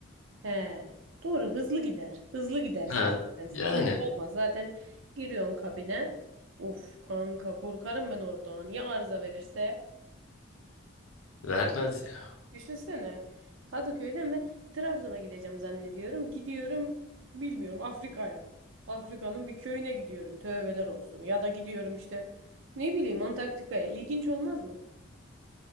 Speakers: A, on the right; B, on the left.
A: He. Doğru hızlı gider. Hızlı gidersin
B: Ha.
A: zaten.
B: Yani.
A: Kuyruk olmaz. Zaten giriyorsun kabine. Uf kanka korkarım ben oradan. Ya arıza verirse?
B: Vermez ya.
A: Düşünsene. Kadıköy'den ben Trabzon'a gideceğim zannediyorum. Gidiyorum bilmiyorum Afrika'ya. Afrika'nın bir köyüne gidiyorum. Tövbeler olsun. Ya da gidiyorum işte ne bileyim Antarktika'ya. İlginç olmaz mı?